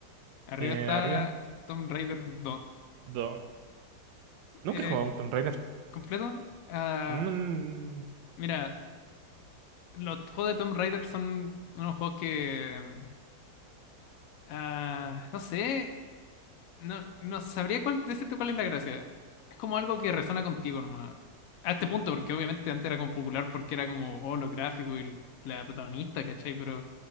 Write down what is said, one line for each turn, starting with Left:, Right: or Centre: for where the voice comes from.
Left: Arriba
Right: Eh,
Left: está
Right: arriba,
Left: Tomb Raider dos
Right: dos. Nunca
Left: Eh,
Right: he jugado a un Tomb Raider.
Left: completo. Ah,
Right: No,
Left: mira, los juegos de Tomb Raider son unos juegos que. mm, ah, no sé. No, no sabría cuál, decirte cuál es la gracia. Es como algo que resona contigo nomás. A este punto, porque obviamente antes era como popular porque era como, oh, los gráficos y la protagonista, ¿cachai? Pero